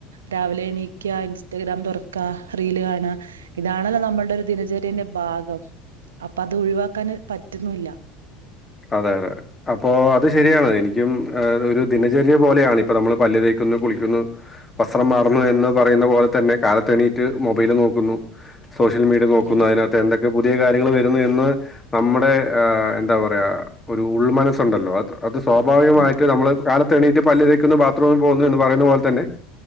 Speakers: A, on the right (about 85°); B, on the left (about 25°).
A: രാവിലെ എണീക്കാ, ഇൻസ്റ്റഗ്രാം തുറക്കാ, റീല് കാണാ, ഇതാണല്ലോ നമ്മൾടെ ഒരു ദിനചര്യന്റെ ഭാഗം. അപ്പ അതൊഴിവാക്കാന് പറ്റ്ന്നൂല്ല.
B: അതെ അതെ അപ്പൊ അത് ശരിയാണ്. എനിക്കും ഏഹ് ഒരു ദിനചര്യ പോലെയാണ്. ഇപ്പൊ നമ്മള് പല്ല് തേക്കുന്നു, കുളിക്കുന്നു, വസ്ത്രം മാറുന്നു എന്ന് പറയുന്ന പോലെ തന്നെ കാലത്തെ എണീറ്റ് മൊബൈല് നോക്കുന്നു. സോഷ്യൽ മീഡിയ നോക്കുന്നു.
A: അതെ
B: അതിനാത്ത് എന്തൊക്കെ പുതിയ കാര്യങ്ങൾ വരുന്നു എന്ന് നമ്മടെ ആഹ് എന്താവാ യാ ഒരു ഉൾമനസ്സു ഉണ്ടല്ലോ അത് അത് സ്വാഭാവികമായിട്ട്
A: അതെ
B: നമ്മള് കാല എണീറ്റ് പല്ല്തെ നിക്കുന്ന് ബാത്റൂമിൽ പോന്നു എന്ന് പറയുന്ന പോൽ തന്നെ